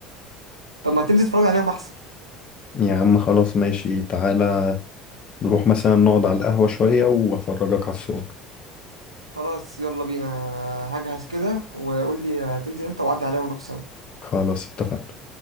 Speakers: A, on the right; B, on the left.
A: طب ما تنزل تتفرج عليهم احسن
B: يا عم خلاص ماشي تعالى نروح مثلا نقعد على القهوة شوية وأفرجك على الصور
A: خلاص يلا بينا أنا هجهز كده وقول لي هتنزل امتى وعدي عليا ونروح سوا
B: خلاص اتفقنا